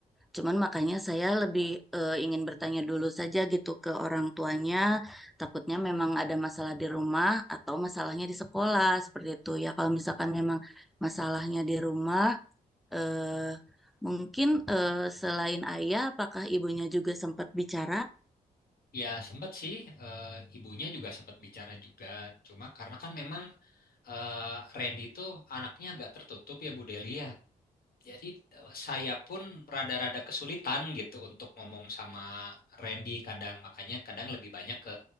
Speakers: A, in the centre; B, on the left.
A: Cuman makanya saya lebih eh, ingin bertanya dulu saja gitu ke orang tuanya, takutnya memang ada masalah di rumah atau masalahnya di sekolah seperti itu. Ya kalau misalkan memang masalahnya di rumah, eh, mungkin eh, selain ayah, apakah ibunya juga sempat bicara?
B: Ya sempet sih, eh, ibunya juga sempet bicara juga. Cuma karena kan memang eh, Randy itu anaknya agak tertutup ya Bu Delia. Jadi eh, saya pun rada-rada kesulitan gitu untuk ngomong sama Randy kadang makanya kadang lebih banyak ke